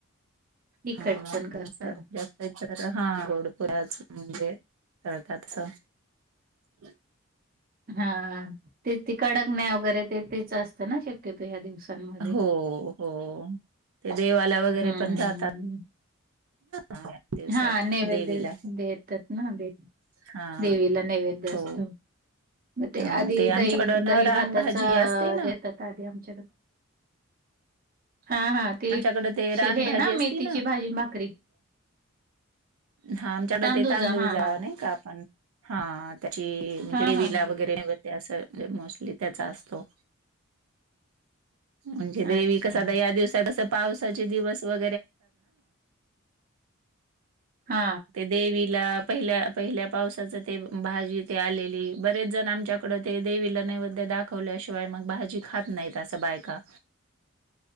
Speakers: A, on the right (about 40°); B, on the right (about 85°).
A: तिखट
B: हा
A: पण
B: त
A: करतात
B: जास्त तर हा घोडपुऱच म्हणजे तळकातस ह
A: हा ते त कडकण्या वगैरे ते तेच असतं ना शक्यतो ह्या दिवसांमध्ये
B: हो हो ते देवाला वगैरे
A: हम्म
B: पण जातात हा दिवसात
A: हा नैवेद्य
B: देवीला
A: देतात ना दे
B: हा
A: देवीला नैवेद्य
B: हो
A: असतो. मग ते
B: अ,
A: आधी
B: आमच्याकडं
A: दही
B: ना
A: दही
B: रानभाजी
A: भाताचा
B: असते ना,
A: देतात आधी आमच्याकडे हा हा ते
B: आमच्याकडं ते रानभाजी
A: हे ना मेथीची
B: असती
A: भाजी भाकरी
B: हा आमच्याकड
A: तांदूजा
B: ते तांदूळ
A: हा
B: जाव
A: हा
B: नाही का आपण हा त्याची म्हणजे
A: हा
B: विला
A: हा हा
B: वगैरे अस मोस्टली त्याचा असतो म्हणजे देवी
A: अच्छा
B: कस आता या दिवसा कस पावसाचे दिवस व
A: हा
B: देवीला पहिल्या पहिल्या पावसाच ते भाजी ते आलेली बरेच जण आमच्याकडे ते देवीला नैवद्य दाखवल्याशिवाय मग भाजी खात नाहीत असं बायका